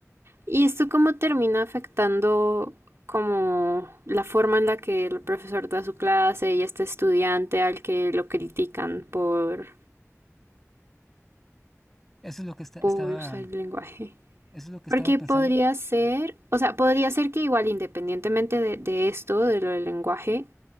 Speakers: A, on the right; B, in the centre.
A: ¿y esto cómo termina afectando como la forma en la que el profesor da su clase y este estudiante al que lo critican por,
B: Eso es lo que esta-
A: por
B: estaba,
A: usar el lenguaje?
B: eso es lo que
A: Porque
B: estaba pensando.
A: podría ser, o sea, podría ser que igual independientemente de, de esto, de lo del lenguaje,